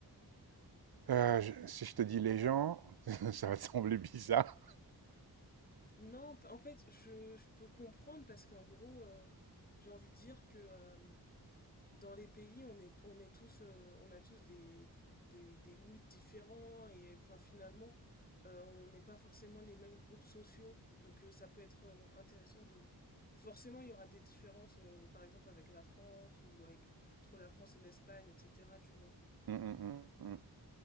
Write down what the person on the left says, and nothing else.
Non, en fait, je, je peux comprendre parce qu'en gros, euh, j'ai envie de dire que euh, dans les pays, on est, on est tous, euh, on a tous des, des, des moods différents et enfin, finalement, euh, on n'est pas forcément les mêmes groupes sociaux. Donc euh, ça peut être euh, intéressant de... Forcément, il y aura des différences, euh, par exemple avec la France ou avec... entre la France et l'Espagne, etc. Tu vois.